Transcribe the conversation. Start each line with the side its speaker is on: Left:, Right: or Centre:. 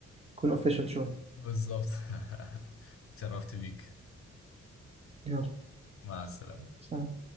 Right: يكون أوفيشال شوية
Left: بالظبط <laughs> اتشرفت بيك
Right: يلا
Left: مع السلامة
Right: سلام